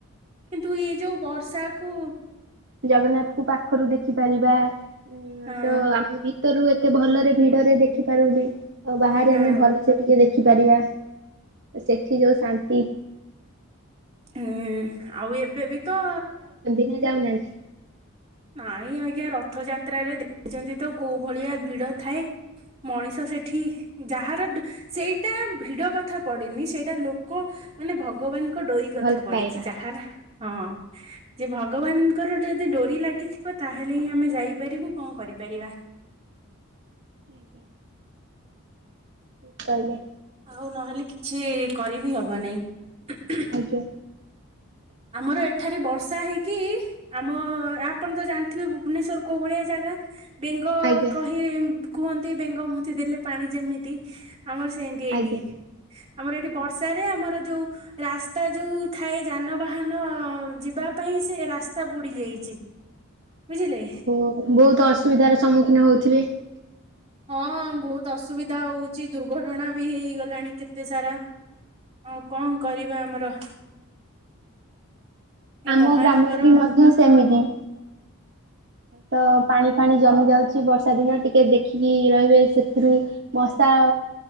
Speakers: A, on the right; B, on the right.
A: କିନ୍ତୁ ଏ ଯୋଉ ବର୍ଷାକୁ
B: ଜଗନ୍ନାଥକୁ ପାଖରୁ ଦେଖିପାରିବା। ହୁଁ
A: ହଁ
B: ତ ଆମେ ଭିତରୁ ଏତେ ଭଲରେ ଭିଡରେ ଦେଖି ପାରୁନି। ଆଉ ବାହାରେ
A: ହଁ
B: ଆମେ ଭଲ ସେେ ଟିକେ ଦେଖିପାରିବା ସେଠି ଯୋଉ ଶାନ୍ତି।
A: ହୁଁ ଆଉ ଏବେ ବି ତ
B: ନାଁ ଯାଉନାହାନ୍ତି।
A: ନାଇଁ ଆଜ୍ଞା ରଥଯାତ୍ରା ରେ ଦେଖିଛନ୍ତି ତ କୋଉ ଭଳିଆ ଭିଡ ଥାଏ। ମଣିଷ ସେଠି ଯାହାର ସେଇଟା ଭିଡ କଥା ପଡିନି ସେଇଟା ଲୋକ ମାନେ ଭଗବାନ କ ଡୋରି କଥା
B: ଭଲ
A: ପଡିିଛି
B: ପାଇବା।
A: ଯାହାର ହଁ ଯେ ଭଗବାନଙ୍କର ଯଦି ଡୋରି ଲାଗ କି ଥିବ ତାହେଲେ ହିଁ ଆମେ ଯାଇପାରିବୁ କଣ କରିପାରିବା।
B: <inaudible> ଠିକ୍ କହିଲେ।
A: ଆଉ ନହେଲେ କିଛି କରିବି ହବ ନେଇଁ। <unintelligible>
B: ଆଜ୍ଞା।
A: ଆମର ଏଠାରେ ବର୍ଷା ହେଇକି ଆମ ଆପଣ ତ ଜାଣିଥିବେ ଭୁବନେଶ୍ୱର କୋଉ ଭଳିଆ ଜାଗା। ବେଙ୍ଗ
B: ଆଜ୍ଞା
A: କହି କୁହନ୍ତି ବେଙ୍ଗ ମୂତି ଦେଲେ ପାଣି ଯେମିତି। ଆମର ସେମିତି ଏଇଠି।
B: ଆଜ୍ଞା
A: ଆମର ଏଠି ବର୍ଷାରେ ଆମର ଯୋଉ ରାସ୍ତା ଯୋଉ ଥାଏ ଯାନ ବାହାନ ଯିବା ପାଇଁ ସେ ରାସ୍ତା ବୁଡି ଯାଇଛି। ବୁଝିଲେ
B: ଓଉ ବହୁତ ଅସୁବିଧା ର ସମ୍ମୁଖୀନ ହଉଥିବେ।
A: ହଁ ବହୁତ ଅସୁବିଧା ହଉଛି ଦୁର୍ଘଟଣା ବି ହେଇଗଲାଣି କେତେ ସାରା। ହଁ କଣ କରିବା ଆମର। ଏ
B: ଆମ
A: ମହାନଗର
B: ଗ୍ରାମରେ ବି ମଧ୍ୟ ସେମିତି। ତ ପାଣି ଫାଣି ଜମି ଯାଉଛି ବର୍ଷା ଦିନ ଟିକେ ଦେଖିକି ରହିବେ ସେଥିରୁ। ମଶା